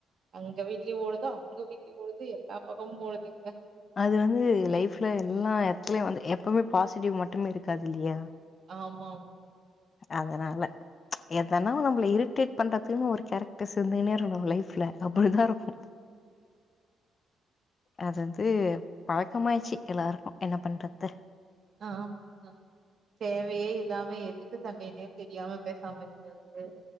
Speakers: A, on the right; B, on the left.
A: எங்க வீட்லயு ஓடுது அவுங்க வீட்லயு ஓடுது எல்லா பக்கமு ஓடுதுங்க
B: அது வந்து லைஃப்ல எல்லாம் எத்தலயும் வந்து எப்பவுமே பாசிட்டிவ் மட்டுமே இருக்காதுல்லையா
A: ஆமா
B: அதனால எதனா நம்மளை இரிட்டேட் பண்றதுக்குன்னு ஒரு கேரக்டர் இருர்ந்துன்னே இருக்கும் லைஃப்ல அப்டிதான் இருக்கும் அது வந்து பழக்கமாயிடுச்சு எல்லாருக்கும் என்ன பண்றது
A: ஆமா தேவையே இல்லாம எதுக்கு சண்டைனே தெரியாம பேசாம இருக்கிறது